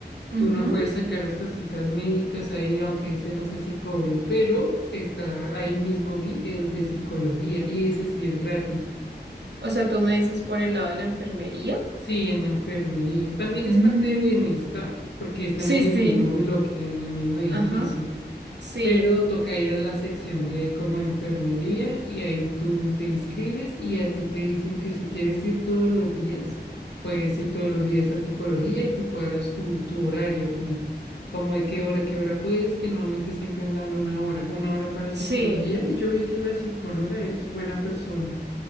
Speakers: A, on the right (about 75°); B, on the left (about 75°).
A: ujú.
B: uno puede sacar estas citas médicas ahí, aunque ese no sé si cobren, pero está ahí mismo vi el de psicología y ese sí es gratis.
A: O sea, tú me dices por el lado de la enfermería.
B: Sí, en la enfermería. También
A: Mm,
B: es parte de bienestar, porque están
A: sí,
B: en el
A: sí,
B: mismo bloque, en el mismo edificio.
A: ajá, sí,
B: pero toca ir a la sección de como enfermería y ahí tú te inscribes y a ti te dicen que si quieres ir todos los días, puedes ir todos los días a psicología y tú cuadras tu, tu horario, tu, como de qué hora, qué hora puedes, que normalmente siempre dan una hora, una hora para psicología
A: sí.
B: y yo vi que la psicóloga es buena persona.